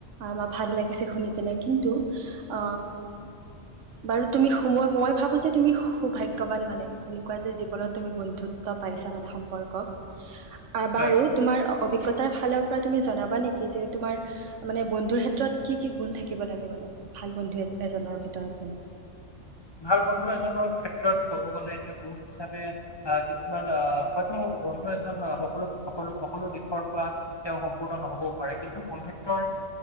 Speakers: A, on the right; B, on the left.
A: ম ভাল লাগিছে শুনি কিনে। কিন্তু, কিন্তু, হ বাৰু তুমি সোমোৱা মই ভাবো যে তুমি সুভাগ্যৱান মানে, এনেকুৱা যে জীৱনত তুমি বন্ধুত্ব পাইছা মানে সম্পৰ্ক। আহ বাৰু
B: হয়
A: তোমাৰ অভিজ্ঞতা। তাৰ ফালৰ পৰা তুমি জনাবা নেকি যে, তোমাৰ মানে বন্ধুৰ ক্ষেত্ৰত কি কি গুণ থাকিব লাগে মানে? ভাল বন্ধু এজনৰ ভিতৰত মানে।
B: <inaudible> ভাল বন্ধু এজনৰ ক্ষেত্ৰত কব গলে এতিয়া গুণ হিচাপে আহ কিছুমান আহ হয়তো। বন্ধু এজন সকলো স সকলো দিশৰ পৰা তেওঁ সম্পূৰ্ণ নহবও পাৰে কিন্তু বন্ধুত্বৰ আহ